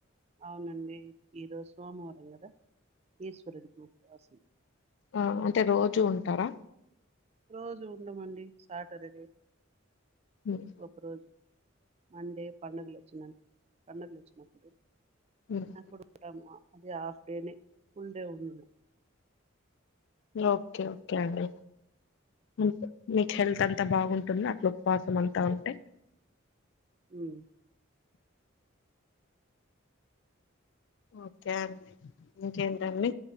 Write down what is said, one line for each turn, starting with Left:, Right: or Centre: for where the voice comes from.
Right: అవునండి ఈరోజు సోమవారం కదా ఈశ్వరుడుకు రాసి
Left: ఆ అంటే రోజూ ఉంటారా
Right: రోజు ఉండమండి సాటర్డే
Left: ఉమ్,
Right: ఒక రోజు అంటే పండుగలు వచ్చినాపుడు కన్న
Left: ఉమ్.
Right: <unintelligible> అప్పుడుంటాము అది హాఫ్ డేనే ఫుల్ డే ఉంను
Left: ఓకే ఓకే అండి. మంత్ లే హెల్త్ అంతా బాగుంటుందా అట్లు.. ఉవాసం అంతా ఉంటే
Right: మ్మ్
Left: ఓకే అండి ఇంకేంటండి.